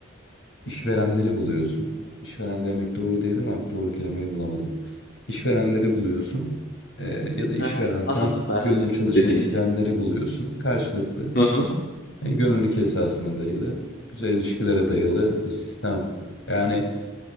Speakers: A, on the left; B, on the left.
A: işverenleri buluyorsun. İşveren demek doğru değil ama doğru kelimeyi bulamadım. İşverenleri buluyorsun. Eee, ya da işverensen
B: Hı hı, Anladım ben
A: gönüllü
B: demek
A: çalışmak
B: istediğini.
A: isteyenleri buluyorsun. Karşılıklı
B: Hı hı.
A: e, gönüllülük esasına dayalı, güzel ilişkilere dayalı bir sistem. Yani